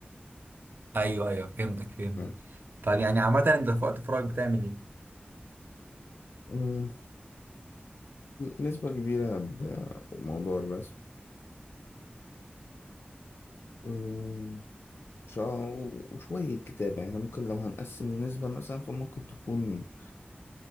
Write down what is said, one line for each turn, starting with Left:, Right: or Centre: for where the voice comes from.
Right: ايوه ايوه فهمتك فهمتك
Left: مم.
Right: طب يعني عامه انت في وقت فراغك بتعمل ايه
Left: مم. نسبة كبيرة بموضوع الرسم أم، شا- وشوية كتابة يعني ممكن لو هنقسم النسبة مثلا فممكن تكون